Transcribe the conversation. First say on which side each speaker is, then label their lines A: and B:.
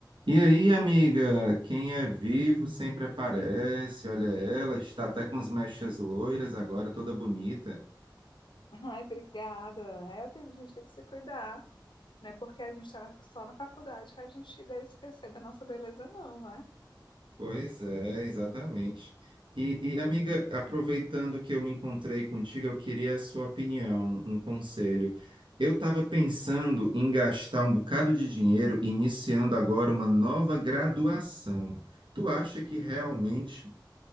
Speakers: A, on the right (about 90°); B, on the left (about 75°).
A: E aí, amiga, quem é vivo sempre aparece. Olha ela, está até com as mechas loiras agora, toda bonita.
B: Ai, obrigada. É, tem- a gente tem que se cuidar. Não é porque a gente está só na faculdade que a gente deve esquecer da nossa beleza, não, né?
A: Pois é, exatamente. E, e, amiga, aproveitando que eu me encontrei contigo, eu queria a sua opinião, um conselho. Eu estava pensando em gastar um bocado de dinheiro, iniciando agora uma nova graduação. Tu acha que realmente